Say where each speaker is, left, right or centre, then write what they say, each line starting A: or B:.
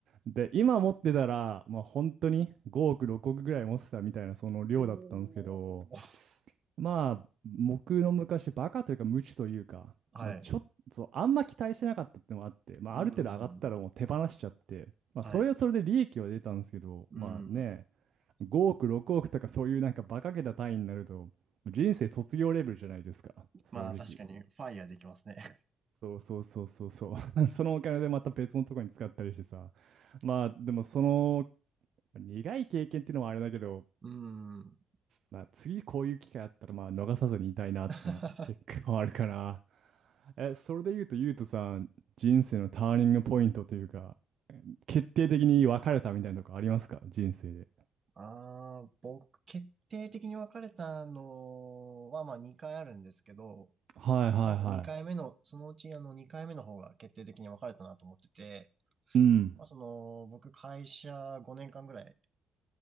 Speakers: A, on the right; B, on the right.
A: で、今持ってたら、まあ本当に5億、6億ぐらい持ってたみたいなその量だったんですけど、
B: おー、
A: まあ僕の昔バカというか無知というか、
B: はい。
A: まあちょっとあんま期待してなかったってのもあって、まあある程度上がったらもう手放しちゃって、
B: うん。
A: まあそれはそれで利益は出たんですけど、
B: はい。うん。
A: まあね、5億、6億とかそういうなんかバカげた単位になると、人生卒業レベルじゃないですか、
B: まあ、
A: 正直。
B: 確かに、ファイヤーできますね。
A: そうそうそうそうそう。<laughs> そのお金でまた別のとこに使ったりしてさ。まあでもその苦い経験っていうのもあれだけど、
B: うん。
A: まあ、次こういう機会あったらまあ逃さずにいたいなっていうのは結構あるかな。
B: <laughs>
A: え、それで言うと、ゆうとさん、人生のターニングポイントというか、決定的に分かれたみたいなとこありますか人生で。
B: ああ、僕、決定的に別れたのは、まあ、2回あるんですけど、
A: はいはいは
B: まあまあ2回目の、そのうちあの2回目の方が決定的に分かれたなと思ってて、
A: い。うん。
B: まあ、その僕会社5年間ぐらい